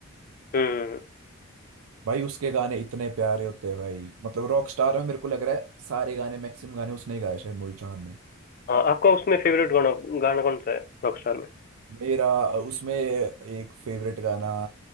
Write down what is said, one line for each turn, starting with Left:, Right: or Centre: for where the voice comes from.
Left: हम्म
Right: भाई उसके गाने इतने प्यारे होते हैं भाई मतलब रॉक स्टार में मेरे को लग रहा है सारे गाने मैक्सिमम गाने उसने ही गाए शायद मोहित चौहान ने
Left: हाँ आपका उसमें फेवरेट गाना गाना कौन सा है रॉकस्टार में
Right: मेरा उसमें एक फेवरेट गाना